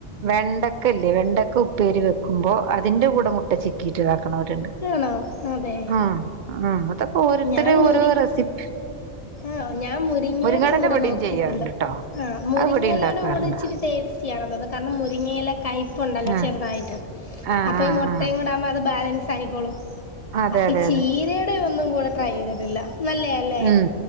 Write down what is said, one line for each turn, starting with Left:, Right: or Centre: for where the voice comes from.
Right: വെണ്ടക്കല്ലേ വെണ്ടക്ക ഉപ്പേരി വെക്കുമ്പോ അതിന്റെ കൂടെ മുട്ട ചക്കീട്ട്താക്ക ണ്ട്
Left: ആണോ അതെ
Right: മ് മ് അതപ്പോ ഓരോരുത്തരു
Left: ഞാൻ മുരി
Right: ഓരോ റെസിപ്പി
Left: ആഹ് ഞാൻ മുരിങ്ങയുടെ
Right: മുരിങ്ങാടല
Left: കൂടെ
Right: ഇവിടെയും
Left: നോക്കിയിട്ടുണ്ട്.
Right: ചെയ്യാറുണ്ട് ട്ടോ
Left: ആഹ മുരിങ്ങയിലോടെ
Right: അത് ഇവിടെ ഉണ്ടാക്കാറുണ്ട്
Left: കൂടെ ഇച്ചിരി ടേസ്റ്റിയാണ തോന്നുന്നത് കാരണം മുരിങ്ങയില കയപ്പ ഉണ്ടല്ലോ
Right: ആഹ്
Left: ചെറുതായിട്ട്.
Right: ആഹ്
Left: അപ്പൊ
Right: ആഹ്
Left: ഈ മുട്ടയും
Right: ആഹ്
Left: കൂടെ ആകുമ്പോ അത് ബാലൻസ് ആയിക്കോളും.
Right: അതെ അതെ
Left: ഈ ചീരടെ
Right: അതെ
Left: ഒന്നും കൂടെ ട്രൈ ചെയ്തിട്ടില്ല. നല്ലെ ആല്ലേ?
Right: ഉം